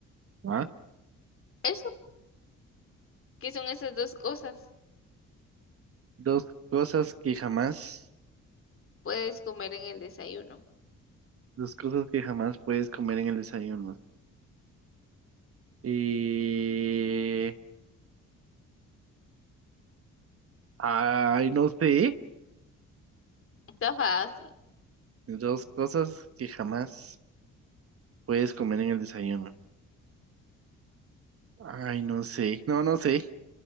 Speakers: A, on the right; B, on the left.
A: Ah,
B: Eso, ¿qué son esas dos cosas?
A: Dos cosas que jamás,
B: Puedes comer en el desayuno.
A: dos cosas que jamás puedes comer en el desayuno. Eh, ay, no sé.
B: Está fácil.
A: Dos cosas que jamás puedes comer en el desayuno. Ay, no sé. No, no sé.